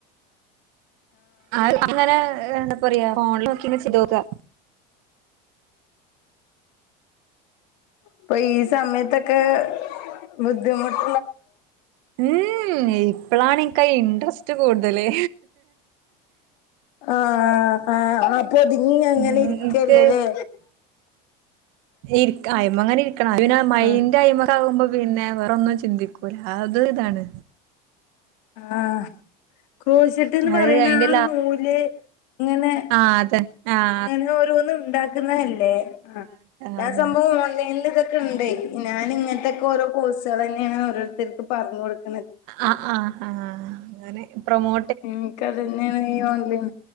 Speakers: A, on the right (about 70°); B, on the left (about 75°).
A: ആഹ് അങ്ങനെ എന്താ പറയാ ഫോണിൽ നോക്കി ചെയ്തോക്കാ
B: ഇപ്പൊ ഈ സമയത്തൊക്കെ ബുദ്ധിമുട്ട
A: ഉം ഇപ്പളാണ് എനിക്കയി ഇൻട്രസ്റ്റ് കൂടുതല്
B: ആഹ് ആഹ് ആപ്പോ ഒതുങ്ങി അങ്ങനെ
A: ഇൻക്ക്
B: ഇരിക്കല്ലല്ലേ
A: ഇരിക അയിമേങ്ങനെ ഇരിക്കണം പിന്നെ മൈൻഡ്
B: ആഹ്
A: അയി കുമ്പോ പിന്നെ വേറൊന്നും ചിന്തിക്കൂല്ല അത് ഇതാണ്
B: ആഹ് ക്രോശിട്ട്ന്ന്
A: അത്
B: പറയണ
A: അയിന്റെ
B: ആഹ് നൂല് ഇങ്ങനെ
A: ആ അതെ ആഹ്
B: അങ്ങനെ ഓരോന്നും ഇണ്ടാക്ക്ന്നല്ലേ ആഹ്
A: അതന്നെ
B: ആ സംഭവം ഓൺലൈനില് ഇവിടുണ്ട് ഞാന് ഇങ്ങനത്തെക്കെ ഓരോ കോഴ്സുകള് തന്നാണ് ഓരോരുത്തർക്ക് പറഞ്ഞ് കൊടുക്കുന്ന
A: ആഹ് ആഹ് ആഹ് അങ്ങനെ പ്രൊമോ
B: ഇനിക്ക് അതന്നെയാണ് ഈ ഓൺലൈൻ